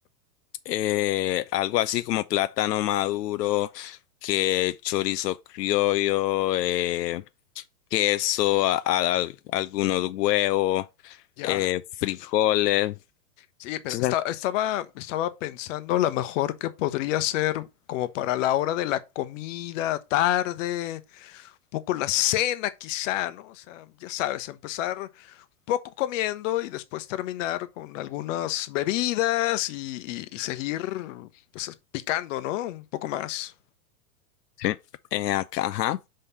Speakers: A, on the left; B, on the left.
A: eh, algo así como plátano maduro, que chorizo criollo, eh, queso, a- a- al- algunos huevos,
B: Ya.
A: eh, frijoles.
B: Sí, pero
A: Sí.
B: esta-
A: ¿sabes?
B: estaba, estaba pensando a lo mejor que podría ser como para la hora de la comida, tarde, poco la cena quizá, ¿no? O sea, ya sabes, empezar poco comiendo y después terminar con algunas bebidas y, y- y seguir pues picando, ¿no? Un poco más.
A: Sí. Eh, acá, ajá.